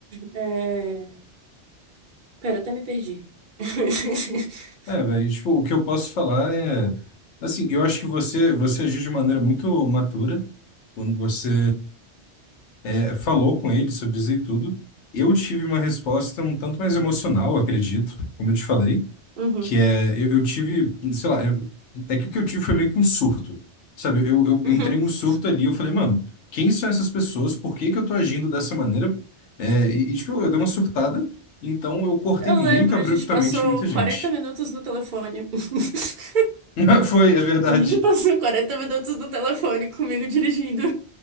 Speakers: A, on the right; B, on the left.
A: é... Pera, até me perdi. <laughs>
B: É, velho, tipo, o que eu posso falar é, assim, eu acho que você você agiu de maneira muito matura quando você é, falou com ele sobre isso e tudo. Eu tive uma resposta um tanto mais emocional, acredito, como eu te falei,
A: Uhum.
B: que é, eu, eu tive, sei lá, eu, é que o que eu tive foi meio que um surto, sabe? Eu, eu
A: <laughs>
B: entrei em um surto ali, eu falei, mano, quem são essas pessoas? Por que que eu tô agindo dessa maneira? É, e, e, tipo, eu dei uma surtada, então eu cortei
A: Eu
B: muito
A: lembro,
B: abruptamente
A: a gente passou
B: muita gente.
A: 40 minutos no telefone. <laughs>
B: <laughs> Foi, é verdade.
A: A gente passou 40 minutos no telefone comigo dirigindo.